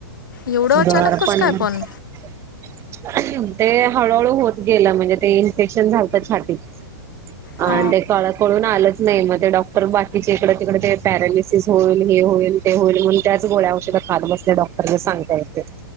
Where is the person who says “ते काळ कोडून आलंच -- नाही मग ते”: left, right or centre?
Right